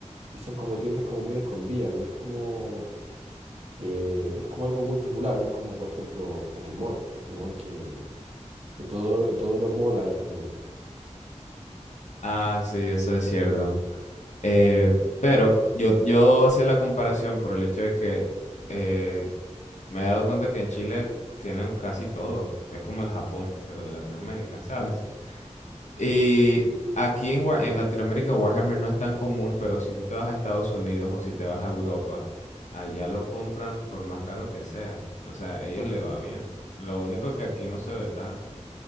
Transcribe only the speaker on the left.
Ah, sí, eso es cierto. Eh, pero yo, yo hacía la comparación por el hecho de que eh, me he dado cuenta que en Chile tienen casi todo. Es como el Japón, pero de Latinoamérica, ¿sabes? Y aquí en, Wa- en Latinoamérica Warhammer no es tan común, pero si tú te vas a Estados Unidos o si te vas a Europa, allá lo compran por más caro que sea. O sea, a ellos le va bien. Lo único que aquí no se ve tanto.